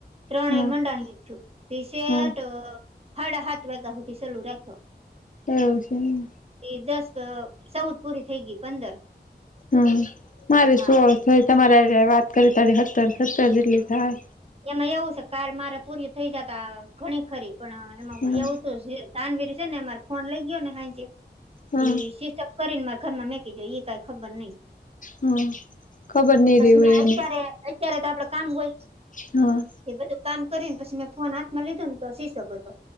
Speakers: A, on the right; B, on the left.
A: ત્રણેય
B: હા
A: મંડાણી તે સેટ,
B: હા
A: હાડા હાત વાગ્યા હુધી સલું રાખ્યો.
B: એવું છે એમ,
A: એ દસ ચૌદ પૂરી થઈ ગઈ પંદર,
B: હમ મારે
A: હા
B: સોળ થઇ તમારે હારે વાત કરી હત્તર જેટલી થાહે,
A: એમાં એવું છે કાલ મારે પૂરી થઇ જાતા ઘણી ખણી ખરી પણ એમાં
B: હા
A: એવું તો જે તાનવીર છે ને અમારે ફોન લઈ ગયો ને આઇથી
B: હા
A: તે સ્વીચ ઓફ કરીને માર ઘરમાં મેકી ગય એ કાઈ ખબર નઈ,
B: હા ખબર નઈ
A: પછી
B: રહી હોય
A: કે અત્યારે
B: એને
A: અત્યારે તો આપડે કામ હોય
B: હા
A: એ બધું કામ કરીને પછી મેં ફોન હાથમાં લીધો ને શિશબ હતો